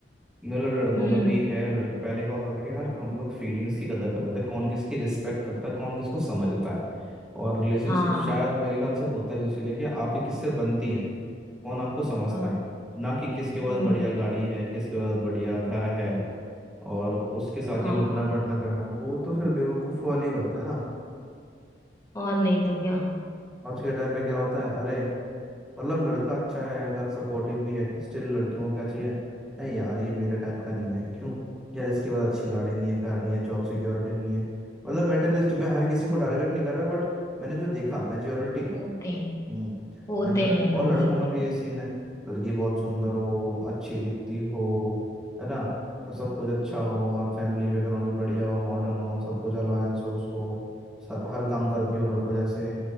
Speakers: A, in the centre; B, on the left.
A: मतलब लड़कों
B: हम्म
A: में भी है और लड़की पहले का होता था कि यार हम लोग फीलिंग्स की कदर करते थे कौन किसकी रिस्पेक्ट करता है कौन किसको समझता है और रिलेशनशिप
B: हाँ
A: शायद मेरे ख्याल से होता भी इसीलिए कि आपकी किससे बनती है कौन आपको समझता
B: हाँ
A: है ना कि किसके पास
B: हम्म
A: बढ़िया गाड़ी है किसके पास बढ़िया घर है और उसके साथ
B: हाँ
A: ही उठना बैठना करना वो तो फिर बेवकूफ़ वाली बात है ना
B: और नहीं तो क्या
A: आज के टाइम पे क्या होता है अरे मतलब लड़का अच्छा है अगर सपोर्टिव भी है स्टिल लड़कियों को क्या चाहिए नहीं यार ये मेरे टाइप का नहीं है क्यों यार इसके पास अच्छी गाड़ी नहीं है घर नहीं है जॉब सिक्योरिटी नहीं है मतलब मेटलिस्ट मैं हर किसी को टारगेट नहीं कर रहा बट मैंने जो देखा मेजोरिटी
B: होते हैं
A: हम्म
B: होते
A: मेजोरिटी
B: हैं लोग
A: और लड़कों
B: ऐसे
A: में भी ये सीन है लड़की बहुत सुंदर हो अच्छी दिखती हो है ना और सब
B: हम्म।
A: कुछ अच्छा हो और फैमिली बैकग्राउंड भी बढ़िया हो मॉडर्न हो सब कुछ अलायंस हो उसको सर, हर काम करती हो लड़कों जैसे